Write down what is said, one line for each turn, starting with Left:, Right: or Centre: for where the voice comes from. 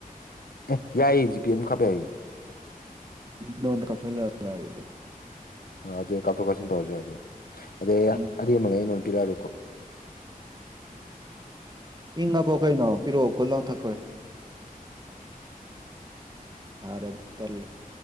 Left: ꯑꯦ ꯌꯥꯏꯌꯦ ꯖꯤꯄꯤꯤꯅ ꯈꯄꯦ ꯑꯩ
Right: ꯏꯣꯗ ꯀꯐꯂ ꯍꯥꯏꯦ
Left: ꯑꯗꯨꯩ ꯀꯥꯞꯊꯣꯛ ꯀꯥꯞꯁꯤꯟ ꯇꯧꯔꯁꯨ ꯑꯗꯨꯦ ꯑꯗꯩ
Right: ꯎꯝ
Left: ꯑꯔꯤ ꯑꯃꯒ ꯑꯩꯅ ꯏꯤꯔꯔꯨꯀꯣ
Right: ꯏꯪꯉꯕꯣ ꯀꯩꯅꯣ ꯄꯤꯔꯛꯑꯣ ꯀ ꯂꯥꯎꯊꯛꯈꯣꯏ ꯁꯥꯔꯗꯤ ꯇꯜꯂꯦ